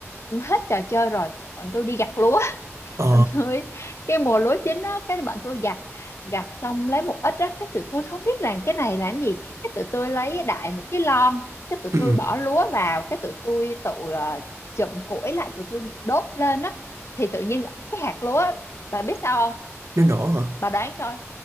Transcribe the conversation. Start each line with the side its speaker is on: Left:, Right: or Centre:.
Left: hết trò chơi rồi bọn tôi đi gặt lúa
Right: ờ,
Left: bạn tôi cái mùa lúa chín á cái bạn tôi gặt gặt xong lấy một ít á cái tụi tôi không biết làm cái này làm gì cái tụi tôi lấy đại một cái lon cái tụi
Right: ừ,
Left: tôi bỏ lúa vào cái tụi tôi tự ờ, chụm củi lại tụi tôi đốt lên á thì tự nhiên cái hạt lúa á, bà biết sao không
Right: nó nổ hả?
Left: bà đoán coi